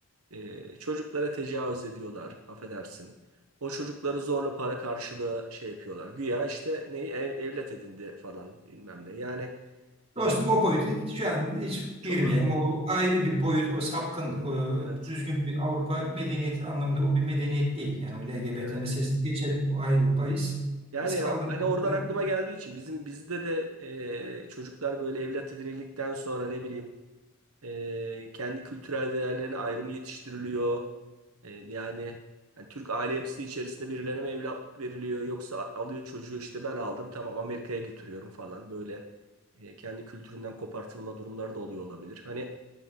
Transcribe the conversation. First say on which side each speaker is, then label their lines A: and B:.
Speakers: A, on the right; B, on the right.
A: E, çocuklara tecavüz ediyorlar, affedersin. O çocukları zorla para karşılığı şey yapıyorlar. Güya işte neyi ev- evlat edindi falan bilmem ne. Yani
B: Dostum
A: e,
B: o boyutu şu an hiç
A: çok
B: girmeyelim. O ayrı bir boyut, o sapkınlık. O
A: evet
B: düzgün bir Avrupa medeniyeti anlamında o bir medeniyet değil. Yani o LGBT
A: evet.
B: meselesini geçelim. O ayrı bir bahis.
A: Yani
B: Biz kaldığımız
A: hani oradan
B: yerden-
A: aklıma geldiği için bizim bizde de e, çocuklar böyle evlat edinildikten sonra ne bileyim E, kendi kültürel değerlerine ayrımı yetiştiriliyor. E, yani hani Türk aile yapısı içerisinde birilerine mi evlatlık veriliyor yoksa a- alıyor çocuğu işte ben aldım tamam Amerika'ya getiriyorum falan böyle e, kendi kültüründen kopartılma durumları da oluyor olabilir. Hani